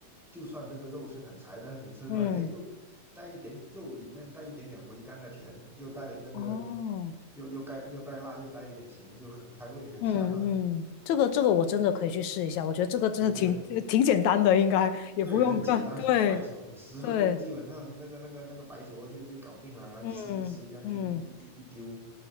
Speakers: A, in the centre; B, on the left.
A: 就算这个肉是很柴，但是你吃出来，
B: 嗯，
A: 哎，又带一点肉里面带一点点回甘的甜，又带那个
B: 哦。
A: 又又带又带辣，又带一点咸，就很开胃，很下饭。
B: 嗯嗯，这个这个我真的可以去试一下，我觉得这个真的挺
A: 对，这
B: <laughs> 挺简单的，应该也不用干。
A: 对很简单，
B: 对
A: 很快手，你十分钟基本上那个那个那个白灼就就搞定了，
B: 对，
A: 然后你撕一撕，
B: 嗯嗯
A: 这样一一一一一丢，